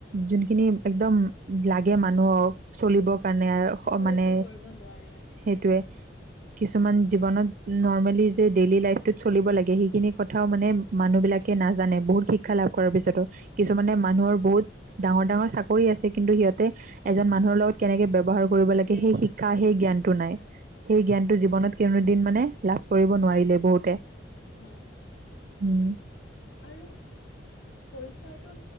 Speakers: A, on the right; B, on the left.
A: যোনখিনি একদম লাগে মানুহক চলিবৰ কাৰণে
B: আকৰ্ষিত
A: মানে
B: কৰিব
A: সেইটোৱে
B: নোৱাৰে
A: কিছুমান জীৱনত নৰ্মেলি যে ডেইলি লাইফটোত চলিব লাগে সেইখিনি কথাও মানে মানুহ বিলাকে নাজানে বহুত শিক্ষা লাভ কৰাৰ পিছতো কিছুমানে মানুহৰ বহুত, ডাঙৰ ডাঙৰ চাকৰি আছে কিন্তু সিহঁত এজন মানুহৰ লগত কেনেকে ব্যয়ৱহাৰ কৰিব লাগে
B: ব্যৱহাৰ
A: সেই শিক্ষা
B: কিহেন
A: সেই জ্ঞানটো নাই
B: হা
A: সেই জ্ঞানতটো
B: সেইটোৱে
A: জীৱনত কনোদিন মানে লাভ কৰিব নোৱাৰিলে বহুতে
B: হয়।
A: উম
B: আৰু পৰিষ্কাৰটো